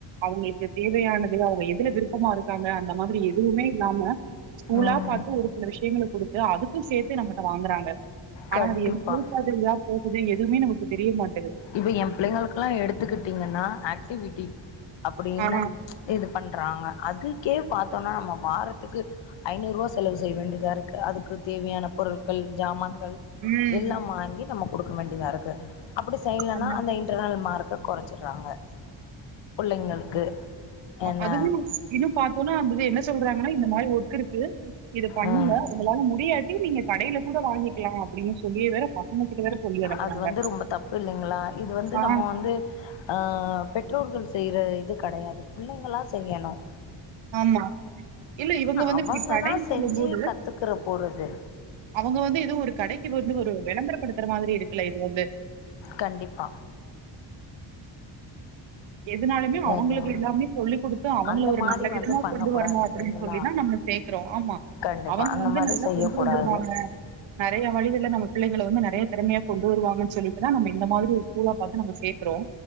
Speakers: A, on the right; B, on the left.
A: அவங்களுக்கு தேவையானது அவங்க எதுல விருப்பமா இருக்காங்க அந்த மாதிரி எதுவுமே இல்லாம ஸ்கூலா
B: ம்
A: பாத்து ஒரு சில விஷயங்க குடுத்து அதுக்கும் சேர்த்து நம்மகிட்ட வாங்கறாங்க ஆனா
B: கண்டிப்பா
A: அது எந்த ஒரு பாதிரியா போ எதுவுமே நமக்கு தெரிய மாட்
B: இப்ப என் பிள்ளைங்களு எல்லாம் எடுத்துக்கிட்டீங்கன்னா ஆக்டிவிட்டி அப்படின்னு
A: ஆ
B: இது பண்றாங்க அதுக்கே பாத் நம்ம வாரத்துக்கு ஐநூறு ரூபா செலவு செய்ய வேண்டியதா இருக்கு அதுக்கு தேவையான பொருட்கள் ஜாமான் கள்
A: ம்
B: எல்லாம் வாங்கி நம கொடுக்க வேண்டியதா இருக்கு அப்படி சைய்லன்னா
A: ஆமா
B: அந்த இன்டர்னல் மார்க் குறைச்சிடுறாங்க புள்ளைங்களுக்கு என்ன
A: அதுவும் இன்னும் பாத்தோம்னா அது என்ன சொல்றாங்கன்னா இந்த மாதிரி ஒர்க் இருக்கு இது பண்ணுங்க
B: ம்
A: உங்களால முடியாட்டி நீங்க கடையில கூட வாங்கி கிலாம் அப்பிடின்னு சொல்லே வேற பசங்க கிட்ட வேற சொல்லி அனுப்புறாங்க
B: அது வந்து ரொம்ப தப்பு இல்லைங்களா இது வந்து
A: ஆ
B: நம்ம வந்து அஹ் பெற்றோர்கள் செய்யற இது கிடையாது பிள்ளைங்களா செய்யணும்
A: ஆமா இல்ல இவங்க வந்து
B: அவங்கதா
A: இப்படி கடைன்னு
B: செஞ்சு
A: சொல்லும்போது
B: கத்துக்கிற போறது
A: அவங்க வந்து ஏதோ ஒரு கடைக்கு வந்து ஒரு விளம்பரப்படுத்துற மாதிரி இருக்கு இல்ல இது வந்து
B: கண்டிப்பா
A: எதுனாலுமே அவங்களுக்கு
B: ஏன்னா
A: எல்லாமே சொல்லி் கொடுத்து அவங்கள
B: அந்த
A: ஒரு
B: மாரி
A: நல்ல விதமா
B: வந்து பண்ண
A: கொண்டு
B: கூடாது
A: வரணும் அப்டின்னு
B: இல்லைங்களா
A: சொல்லிதான் நம்ம சேர்க்கறோம் ஆமா
B: கண்டிப்பா
A: அவங்க
B: அந்த
A: வந்து
B: மாரி
A: நல்லா
B: செய்ய
A: கொண்டு
B: கூடாது
A: வந்துருவாங்க நெறைய வழிகளை நம்ம பிள்ளைளை வந்து நிறைய திறமையா கொண்டு வருவாங்கன்னு சொல்லிட்டுதான் நம்ம இந்த மாதிரி ஸ்கூலா பாத்து நம்ம சேர்க்கிறோம்